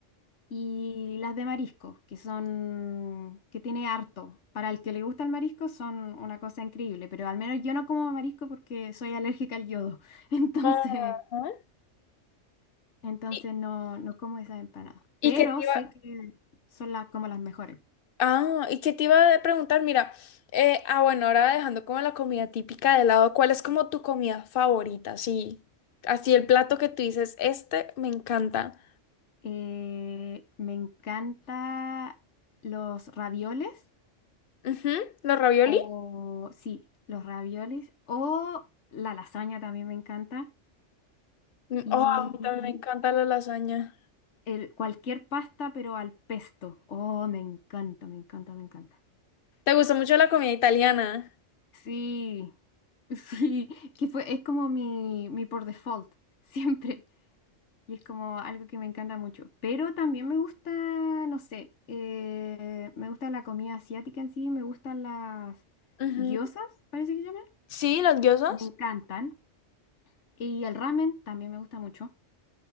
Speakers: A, on the left; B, on the left.
A: y las de marisco, que son, que tiene harto. Para el que le gusta el marisco son una cosa increíble, pero al menos yo no como marisco porque soy alérgica al yodo. <laughs> Entonces,
B: Ajá.
A: Entonces
B: Y,
A: no, no como esas empanadas.
B: y
A: Pero
B: que te iba,
A: sé que son las, como las mejores.
B: ah, y que te iba a preguntar, mira, eh, ah, bueno, ahora dejando como la comida típica de lado, ¿cuál es como tu comida favorita? Sí, así el plato que tú dices, este me encanta.
A: Eh, me encanta los ravioles
B: Ujú, ¿Los ravioli?
A: o sí, los ravioles o la lasaña también me encanta
B: Mm,
A: y
B: Oh, a mí también me encanta la lasaña.
A: el, cualquier pasta pero al pesto. Oh, me encanta, me encanta, me encanta.
B: ¿Te gusta mucho la comida italiana?
A: Sí, <laughs> sí, que fue es como mi mi por default siempre. Y es como algo que me encanta mucho. Pero también me gusta, no sé, eh, me gusta la comida asiática en sí, me gustan las
B: Ujú.
A: gyozas, parece que se llaman.
B: Sí, las diosas.
A: Me encantan. Y el ramen también me gusta mucho.